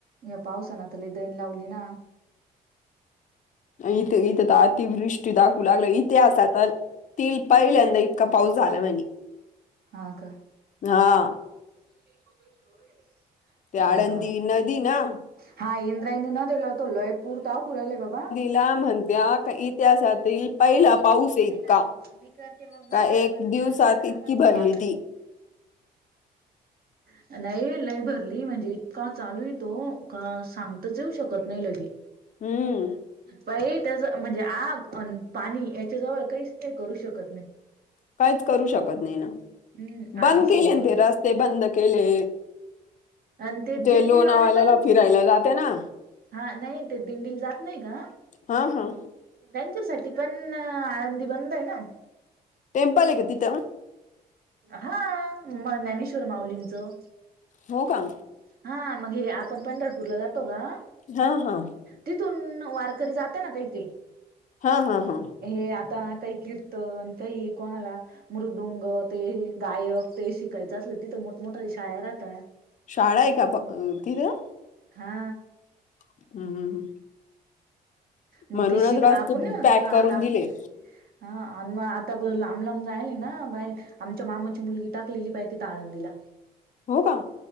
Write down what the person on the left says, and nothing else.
इथे इथे तर अतिवृष्टी दाखवू लागल इतिहासात ती पहिल्यांदा इतका पाऊस झाला म्हने,
हा.
ते
आळंदी
नदी ना.
ला म्हणत्या का इतिहासातील पहिला पाऊस आहे
इतका
का
एक
दिवसात
इतकी
भरली
ती
हम्म
काहीच करू शकत नाही ना,
बंद
केले ते रस्ते बंद केले.
ते
लोणावळ्याला
फिरायला जाते ना.
हा हा
टेम्पल हे का तिथं.
हो का.
हा हा.
हा हा हा.
शाळा आहे का प तिथं.
हम्म,
म्हणूनच
रास्
तू
पॅक
करून
दिले.
हो का?